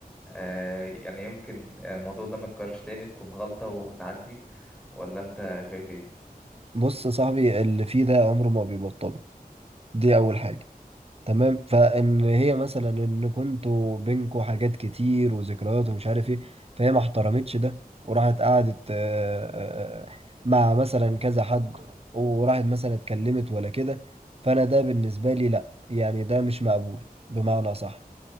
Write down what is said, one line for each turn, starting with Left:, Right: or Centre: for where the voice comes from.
Centre: آه يعني يمكن الموضوع ده متكررش تاني تكون غلطة وتعدي ولا أنت شايف إيه؟
Right: بص يا صاحبي اللي فيه ده عمره ما بيبطله دي اول حاجه تمام فان هي مثلا ان كنتوا بينكوا حاجات كتير وذكريات ومش عارف ايه فهي ما احترمتش ده وراحت قعدت آه، آه، آه، مع مثلا كذا حد وراحت مثلا اتكلمت ولا كده فانا ده بالنسبه لي لا يعني ده مش مقبول بمعنى صح